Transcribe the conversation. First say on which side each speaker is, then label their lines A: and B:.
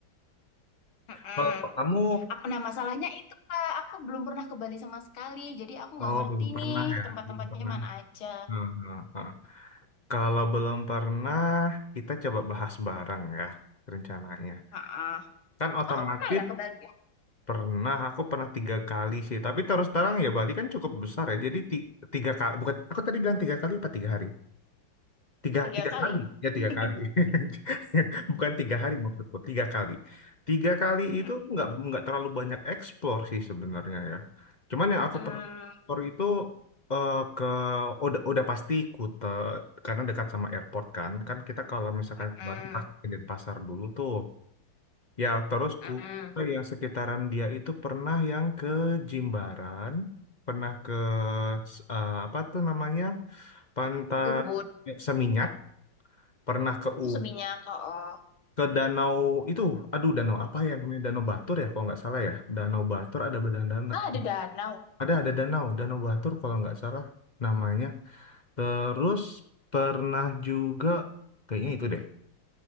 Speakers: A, on the left; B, on the left.
A: Mm-mm.
B: Kalau kamu,
A: Aku, nah masalahnya itu Kak, aku belum pernah ke Bali sama sekali, jadi aku nggak
B: oh
A: ngerti
B: belum pernah
A: nih
B: ya,
A: tempat-tempatnya
B: belum pernah.
A: mana
B: ya.
A: aja.
B: Hmm, hmm, hmm. Kalau belum pernah, kita coba bahas bareng ya rencananya.
A: ah
B: Kan otomatis
A: kakak pernah ya ke Bali ya?
B: pernah, aku pernah tiga kali sih. Tapi terus terang ya Bali kan cukup besar ya. Jadi ti- tiga kali, bukan aku tadi bilang tiga kali apa tiga hari? Tiga,
A: Tiga
B: tiga
A: kali.
B: kali. Ya, tiga
A: <laughs>
B: kali. <laughs> Bukan tiga hari maksudku, tiga kali. Tiga kali itu
A: Mm-mm.
B: nggak nggak terlalu banyak eksplor sih sebenarnya ya. Cuman yang aku
A: Mm,
B: pernah eksplor itu eh, ke udah udah pasti Kute karena dekat sama airport kan. Kan kita kalau misalkan
A: mm-mm,
B: ke Bali pasti ke Denpasar dulu tuh. Ya, terus
A: mm-mm.
B: Kute
A: mm.
B: yang sekitaran dia itu pernah yang ke Jimbaran, pernah ke eh, apa tuh namanya? Pantai
A: Ubud,
B: Seminyak pernah ke
A: terus
B: U
A: Seminyak, oh.
B: ke danau itu aduh danau apa ya namanya danau Batur ya kalau nggak salah ya danau Batur ada danau
A: Ah, ada danau.
B: ada ada danau danau Batur kalau nggak salah namanya terus pernah juga kayaknya itu deh